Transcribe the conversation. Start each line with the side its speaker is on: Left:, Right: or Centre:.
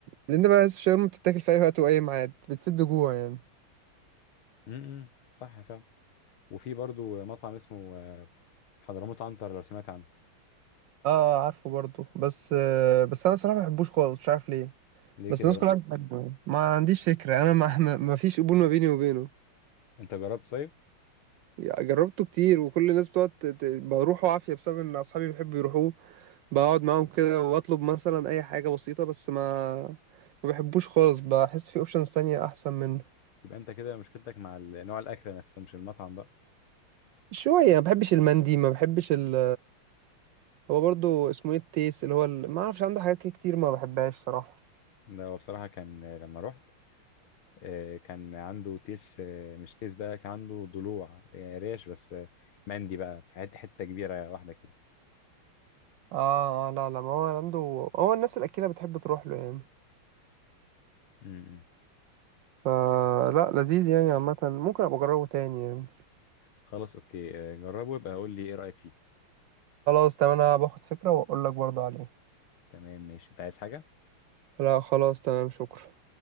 Right: لان بقى الشاورما بتتاكل في اي وقت واي ميعاد بتسد جوع يعني
Left: امم صح فعلا وفي برضو مطعم اسمه آه، حضرموت عنتر لو سمعت عنه
Right: اه عارفه برضو بس آه بس انا صراحه ما بحبوش خالص مش عارف ليه
Left: ليه
Right: بس
Left: كده
Right: الناس كلها
Left: بس
Right: بتحبه يعني ما عنديش فكره انا ما, ما ما فيش قبول ما بيني وبينه
Left: انت جربت طيب
Right: جربته كتير وكل الناس بتقعد ت- ت- بروحه عافيه بسبب ان اصحابي بيحبوا يروحوه بقعد معاهم كده واطلب مثلا اي حاجه بسيطه بس ما ما بحبوش خالص بحس في اوبشنز تانية احسن منه
Left: يبقى انت كده مشكلتك مع ال- نوع الاكل نفسه مش المطعم بقى
Right: شويه ما بحبش المندي ما بحبش ال... هو برضو اسمه ايه التيس اللي هو ال... ما اعرفش عنده حاجات كتير ما بحبهاش صراحه
Left: ده هو بصراحه كان آه، لما رحت آه، كان عنده تيس آه، مش تيس بقى كان عنده ضلوع آه، ريش بس آه، مندي بقى في حتة حتة كبيرة واحدة كده
Right: اه آه، لا لا ما هو عنده هو الناس الأكيلة بتحب تروح له يعني
Left: م- م.
Right: فلا لذيذ يعني عامة ممكن أبقى أجربه تاني يعني
Left: خلاص اوكي آه، جربه يبقى قول لي ايه رأيك فيه
Right: خلاص تمام أنا باخد فكرة وأقول لك برضه عليه
Left: تمام ماشي انت عايز حاجة
Right: لا خلاص تمام شكرا